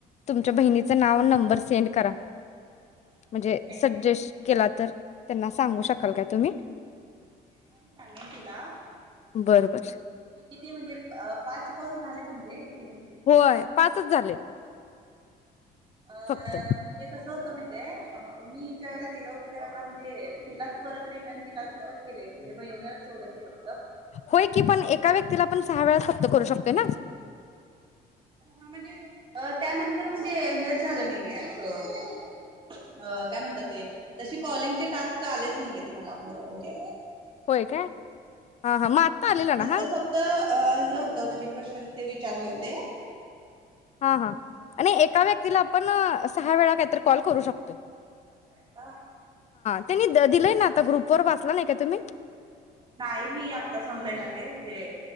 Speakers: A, on the left; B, on the right.
A: तुमच्या बहिणीचं नाव अन नंबर सेंट करा
B: अ,
A: म्हणजे
B: ठीक आहे ठीक
A: सजेस्ट
B: आहे
A: केला तर त्यांना सांगू शकाल काय तुंम्ही
B: <inaudible> अ तुम्ही
A: बरं बर
B: किती म्हणजे पाच कॉल झाले तुमचे कि म्हणजे
A: होय पाचच झाले
B: अ
A: फक्त
B: म्हणजे कसं होतं माहीती ते अ मि त्यावेळेला केल होत त्यावेळेला म्हणजे तिलाच परत रीटन तिला तिलाच केलय म्हणजे बहीणीला सोडत गेलय
A: होय की पण एका व्यक्तीला पण सहा वेळा च ते करू शकतोय ना
B: हा म्हणजे त्यानंतर म्हणजे हेच झालं नाहीये असं काय म्हणतात ते तसे कॉलिंगचे टास्क आलेच नाहीयेत मला म्हणजे
A: होय काय हा हा मग आत्ता आलेला ना
B: नंतर
A: हा
B: फत्क हे होत म्हणजे क्वंशन ते विचारले होते
A: हा हा आणि एका व्यक्तीला आपण सहा वेळा काही तरी कॉल करू शकतो
B: <inaudible>
A: त्यांनी दिलंय ना आता ग्रुप वर वाचला नाही का तुम्ही
B: नाही मी आत्ताच ऑनलाईन आले म्हणजे